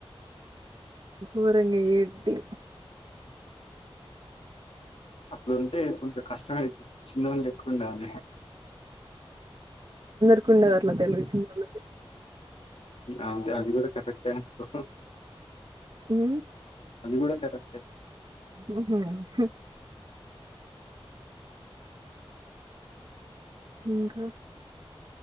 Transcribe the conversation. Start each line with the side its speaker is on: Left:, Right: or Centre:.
Right: కూరంగా ఏంటి
Left: అట్లుంటే లేకుంటే కష్టపడుతుంది చిన్నగా లేకుండా ఆయనే
Right: ఉండేది అట్లా చిన్నోలకే
Left: అ అది కూడా కటకపోయినా
Right: ఉమ్
Left: అది కూడా కరెక్టే
Right: ఉహుమ్ హు ఇంకా